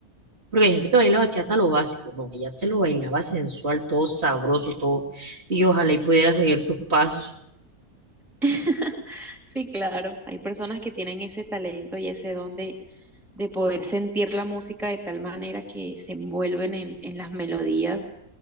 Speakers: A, on the right (about 45°); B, in the centre.
A: Porque hay gente que baila bachata lo básico, no, ella te lo bailaba sensual, todo sabroso, todo. Y yo ojalá y pudiera seguir tus pasos.
B: <laughs> Sí, claro, hay personas que tienen ese talento y ese don de, de poder sentir la música de tal manera que se envuelven en, en las melodías